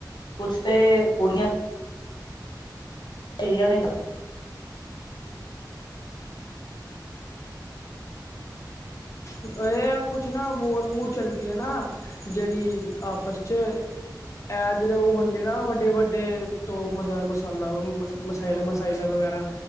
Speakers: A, on the left (about 70°); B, on the left (about 40°).
A: ਕੁਛ ਤੇ ਕੁੜੀਆਂ, ਚਿੜੀਆਂ ਨੇ,
B: ਇਹ ਆ ਕੁਛ ਨਾ ਵੋਰ-ਵੋਰ ਚੱਲਦੀ ਹੈ, ਨਾ ਜਿਹੜੀ ਆਪਸ ਚ ਇਹ ਜਿਹੜੇ ਉਹ ਹੁੰਦੇ ਨਾ ਵੱਡੇ-ਵੱਡੇ ਤੋਪ ਮਸਾਲਾ ਮ ਮਸਲਾਂ ਮਸਾਈਲਾਂ ਵਗੈਰਾ